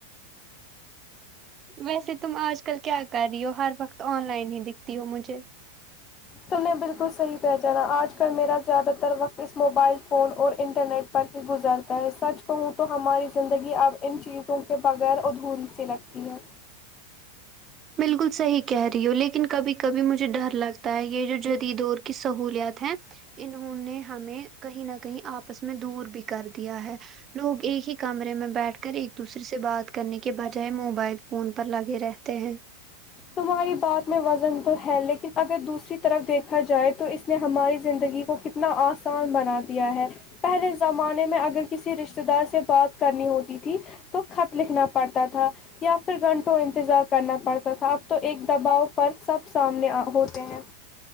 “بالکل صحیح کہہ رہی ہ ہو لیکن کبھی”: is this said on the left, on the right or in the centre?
Right